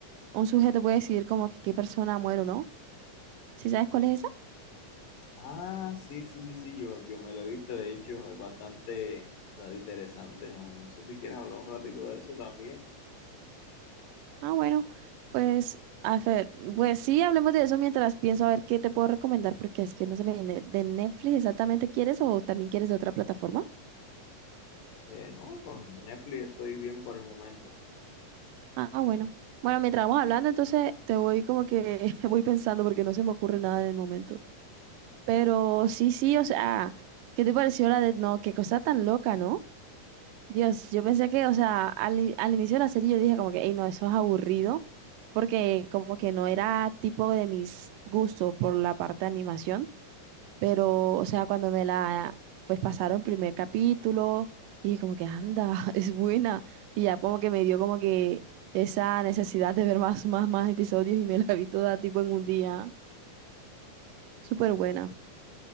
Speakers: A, on the right; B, on the left.
A: un sujeto puede decidir como que qué persona muere o no. ¿Sí sabes cuál es esa?
B: Ah, sí, sí, sí, sí, yo, yo me lo he visto, de hecho, es bastante eh, interesante, no, no sé si quieres hablar un ratito de eso también.
A: Ah, bueno, pues, a ver, pues sí, hablemos de eso mientras pienso a ver qué te puedo recomendar, porque es que no se me viene de Netflix exactamente quieres o también quieres de otra plataforma.
B: Eh, no, con Netflix estoy bien por el momento.
A: Ah, bueno. Bueno, mientras vamos hablando, entonces te voy como que <laughs> voy pensando porque no se me ocurre nada en el momento. Pero sí, sí, o sea, ¿qué te pareció la de no? Qué cosa tan loca, ¿no? Dios, yo pensé que, o sea, al, in- al inicio de la serie yo dije como que, hey, no, eso es aburrido, porque como que no era tipo de mis gustos por la parte de animación. Pero, o sea, cuando me la, pues pasaron el primer capítulo y como que anda, <laughs> es buena. Y ya como que me dio como que esa necesidad de ver más, más, más episodios y me la vi toda tipo en un día. Súper buena.